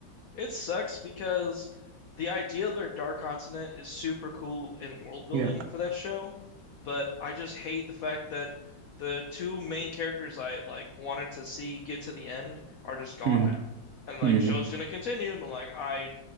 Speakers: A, on the left; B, on the right.
A: It sucks because the idea of their Dark Continent is super cool in world building
B: yeah
A: for that show, but I just hate the fact that the two main characters I like wanted to see get to the end are just gone
B: mm-hmm.
A: now. And like
B: hmm
A: show's gonna continue, and I'm like, I